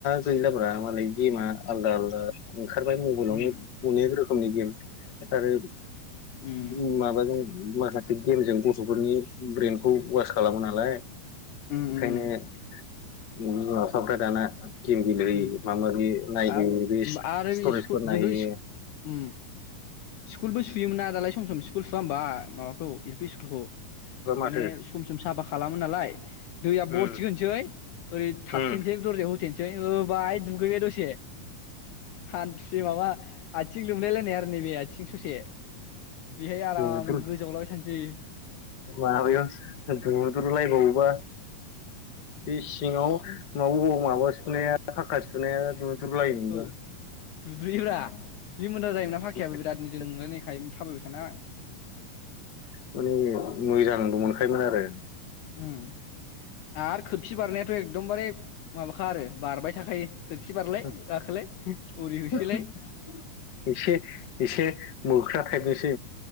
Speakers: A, on the left; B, on the left.
A: गैलाब्रा मालाय गेमा आलदा आलदा ओंखारबाय मबाइलावनो
B: उम
A: अनेक रोखोमनि गेम आरो
B: उम
A: उ माबाजों माखासे। गेमजों गथ'फोरनि ब्रेनखौ वास खालामो नालाय।
B: उम
A: ओखायनो
B: उम
A: <unintelligible> दाना गेम गेले
B: उम
A: होयो माबा माबि नायदो
B: आब
A: बे
B: आरो
A: स्टरेजफोर
B: स्कुल
A: नायहैयो
B: जोंथ' स्कुल उम स्कुलबो सुयोमोन ना दालाय सम स्कुल सुआ होमबा माबाखौ एल पि स्कुल खौ
A: बा माथो
B: माने सम सम साफा खालामो नालाय दैया बरथिगोनोसै
A: उम
B: ओरै थाथथनोसै
A: उम
B: दरजायाव होथनोसै दै होबाय दुगैबाय दसे हान्थुसे माबा आथिं लोमलाय लायनाय आरो नैबे आथिं स'से बेहाय आराम
A: दुद्रु
B: गोजाव लाबाय थान सै
A: माबायाव दुद्रुलायबावोबा बे सिङाव माबा बबाव माबासुनाया फाक्का सुनाया दु द्रुलायो मोनबा
B: औ दुद्रुयोब्रा लिमोनद्रा जायोमोनना
A: <unintelligible>
B: फाखायाबो बिरादनो जोंलायलायखायोमोन थाबायबाय थाना
A: माने मोजां <unintelligible> फाय मोन आरो
B: उम आरो खोरखि बारनायाथ' एकदमबारे माबाखा आरो बारबाय थाखायो
A: <unintelligible>
B: खोरखि बारलाय गाखोलाय ओरै होसोलाय
A: एसे एसे मोख्रा थाइपनिसो